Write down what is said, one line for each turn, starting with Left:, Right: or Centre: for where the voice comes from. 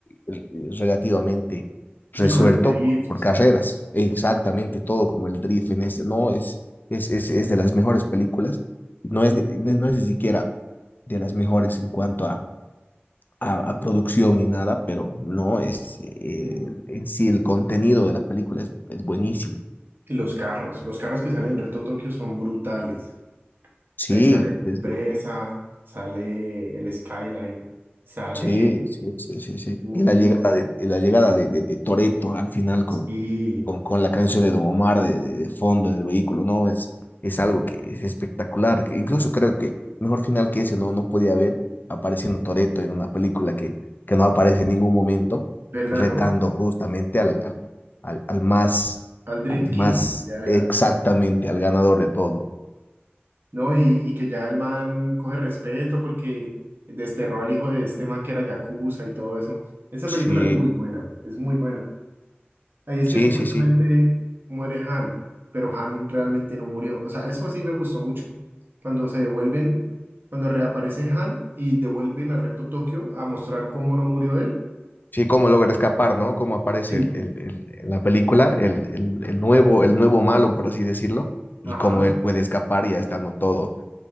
Left: eh, relativamente resuelto
Right: y con el drift
Left: por carreras, exactamente todo como el drift en este, no, es, es, es, es de las mejores películas, no es, ni- no es ni siquiera de las mejores en cuanto a a, a producción ni nada, pero no, es, eh,
Right: mm,
Left: en sí el contenido de la película es, es buenísimo.
Right: y los carros, los carros que salen en Reto Tokio son brutales.
Left: Sí,
Right: Ahí sale
Left: desde
Right: Presa, sale el Skyline, sale
Left: Sí, sí, sí, sí, sí.
Right: un...
Left: Y la llegada de, y la llegada de, de, de Toretto al final con,
Right: Sí,
Left: con, con la canción de Don Omar de, de, de fondo en el vehículo, ¿no? Es, es algo que es espectacular. que incluso creo que mejor final que ese no, no podía haber apareciendo Toretto en una película que, que no aparece en ningún momento,
Right: ¿verdad,
Left: retando
Right: no?
Left: justamente al, al, al, al más,
Right: Al Drift
Left: al
Right: King,
Left: más
Right: ya era.
Left: exactamente, al ganador de todo.
Right: No, y, y que ya el man coge respeto porque desterró al hijo de este man que era Yakuza y todo eso. Esa
Left: Sí,
Right: película es muy buena, es muy buena. Ahí es
Left: sí,
Right: que supuestamente
Left: sí, sí.
Right: muere Han, pero Han realmente no murió. O sea, eso sí me gustó mucho. Cuando se devuelven, cuando reaparece Han y devuelven a Reto Tokio a mostrar cómo no murió él.
Left: Sí, cómo logra escapar, ¿no? Cómo aparece
Right: Sí.
Left: el- el- el- en la película, el, el- el nuevo, el nuevo malo, por así decirlo, y
Right: Ajá.
Left: cómo él puede escapar ya estando todo,